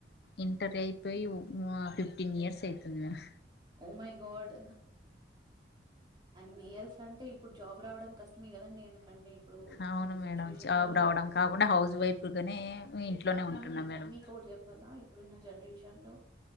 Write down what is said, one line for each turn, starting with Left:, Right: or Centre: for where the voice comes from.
Left: ఇంటర్ అయిపోయి మ్మ్ ఆ ఫిఫ్టీన్ ఇయర్స్ అయితుంది మ్యామ్
Right: ఓమై గాడ్ అన్ని ఇయర్స్ అంటే ఇప్పుడు జాబ్ రావడం కష్టమే కదండి ఎందుకండి ఇప్పుడు ఇప్పుడున్న
Left: అవును మేడం
Right: సిచ్యువేషన్
Left: జాబు
Right: లో
Left: రావడం కాకుండా
Right: ఇప్పు-
Left: హౌస్ వైఫ్గానే
Right: ఇప్-
Left: ఇంట్లోనే ఉంటున్నా
Right: అండ్
Left: మేడం
Right: మీకు ఒకటి చెప్పాలా ఇప్పుడున్న జనరేషన్ లో